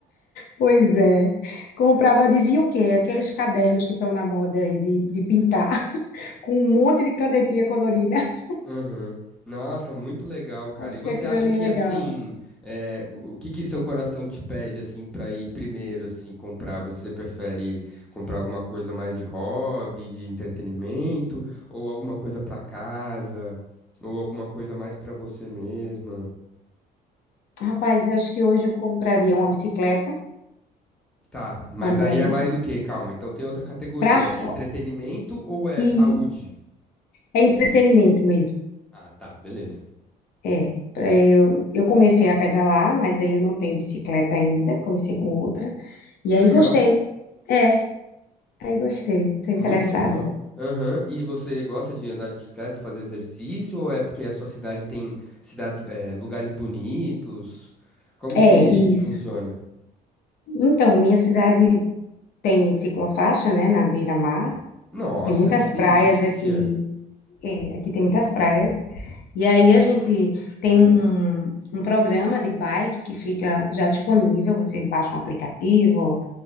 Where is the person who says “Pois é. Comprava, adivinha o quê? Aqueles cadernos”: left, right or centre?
Left